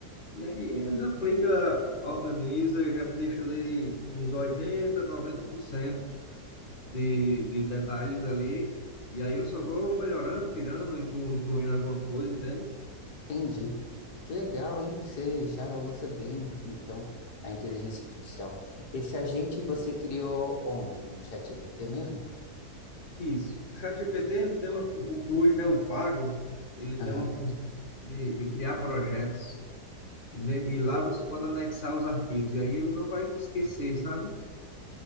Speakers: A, on the left; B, on the left.
A: E aí ele aplica, organiza, já me deixa ali uns 80 90% de, de detalhes ali. E aí eu só vou melhorando, tirando, inclu, incluindo alguma coisa, entende?
B: Entendi. Que legal, hein? Você já usa bem, então, a inteligência artificial. Esse agente você criou onde? No ChatGPT mesmo?
A: Isso. O ChatGPT, ele tem uma, fu- o Plus, né, o pago, ele
B: Aham.
A: tem uma função de, de criar projetos. E, ne- e lá você pode anexar os arquivos. E aí ele não vai te esquecer, sabe?